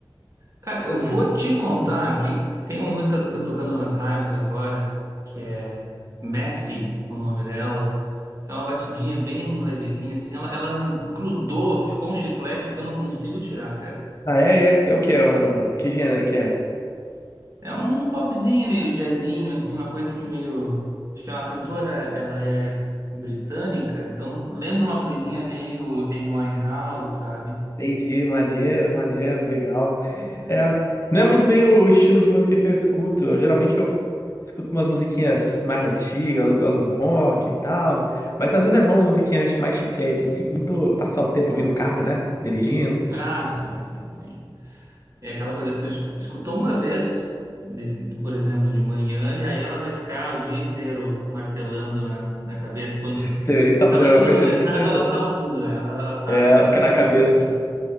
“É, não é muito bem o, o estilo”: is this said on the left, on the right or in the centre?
Left